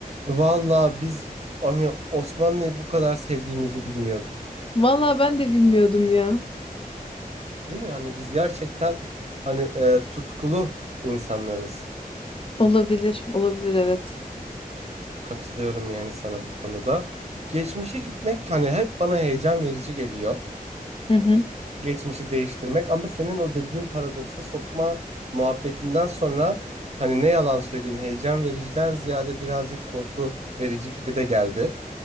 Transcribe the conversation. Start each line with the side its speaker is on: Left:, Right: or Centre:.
Right: Valla biz hani Osmanlı'yı bu kadar sevdiğimizi bilmiyordum.
Left: Vallahi ben de bilmiyordum ya.
Right: Değil mi? Hani biz gerçekten hani e, tutkulu insanlarız.
Left: Olabilir, olabilir evet.
Right: Katılıyorum yani sana bu konuda. Geçmişe gitmek hani hep bana heyecan verici geliyor.
Left: Hı hı.
Right: geçmişi değiştirmek ama senin o dediğin paradoksa sokma muhabbetinden sonra hani ne yalan söyleyeyim heyecan vericiden ziyade birazcık korku verici gibi de geldi.